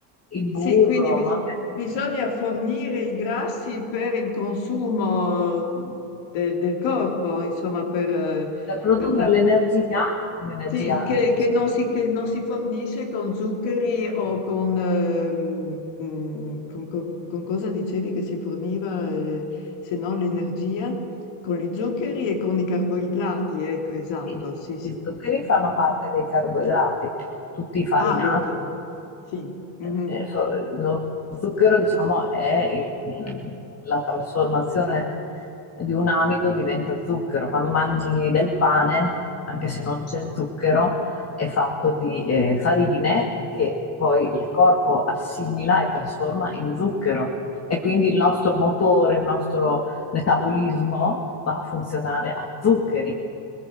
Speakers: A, on the left; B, on the left.
A: il burro,
B: Sì, quindi bis-
A: ma
B: bisogna fornire i grassi per il consumo de- del corpo, insomma, per, eh,
A: per produrre
B: per da-
A: l'energia, l'energia
B: sì, che,
A: che
B: che
A: ci
B: non si, che non si fornisce con zuccheri o con, ehm, mm, con, con- con cosa dicevi che si forniva, eh, se no l'energia, con gli zuccheri e con i carboidrati, ecco, esatto,
A: Sì,
B: sì, sì.
A: Gli zuccheri
B: Mhm.
A: fanno parte dei carboidrati, tutti i farinati.
B: Ah, ecco, sì. Mhm.
A: eh, eh, so- Lo zucchero, diciamo, è il- il- la trasformazione di un amido diventa zucchero. Quando mangi del pane, anche se non c'è zucchero, è fatto di eh, farine che poi il corpo assimila e trasforma in zucchero. E quindi il nostro motore, il nostro metabolismo va a funzionare a zuccheri.